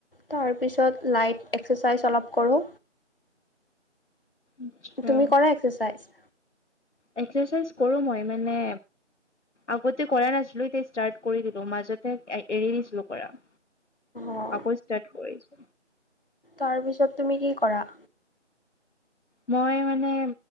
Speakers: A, on the left; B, on the left.
A: তাৰপিছত লাইট এক্সাৰচাইজ অলপ কৰো
B: আচ্ছা।
A: তুমি কৰা এক্সাৰচাইজ
B: এক্সাৰচাইজ কৰো মই মানে আগতে কৰা নাছিলো এতিয়া ষ্টাৰ্ট কৰি দিলো মাজতে এৰি দিছিলো কৰা
A: অ
B: আকৌ ষ্টাৰ্ট কৰিছোঁ।
A: তাৰপিছত তুমি কি কৰা
B: মই মানে